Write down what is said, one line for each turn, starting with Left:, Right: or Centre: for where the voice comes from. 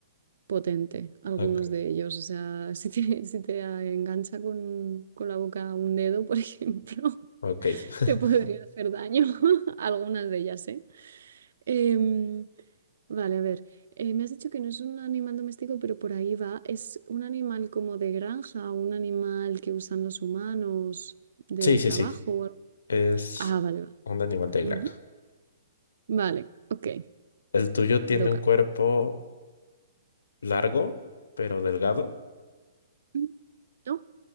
Right: potente, algunos
Left: ok.
Right: de ellos. O sea, <laughs> si te, si te engancha con, con la boca un dedo, por ejemplo, <laughs>
Left: ok. <laughs>
Right: te podría hacer daño. <laughs> Algunas de ellas, ¿eh? Em, vale, a ver. eh, me has dicho que no es un animal doméstico, pero por ahí va. ¿Es un animal como de granja, un animal que usan los humanos de
Left: Sí, sí,
Right: trabajo?
Left: sí.
Right: o algo?
Left: Es
Right: Ah, vale, vale.
Left: un animal de
Right: Ujú.
Left: granja.
Right: Vale, ok,
Left: El tuyo tiene
Right: te toca.
Left: un cuerpo. largo, pero delgado,
Right: Mm, No,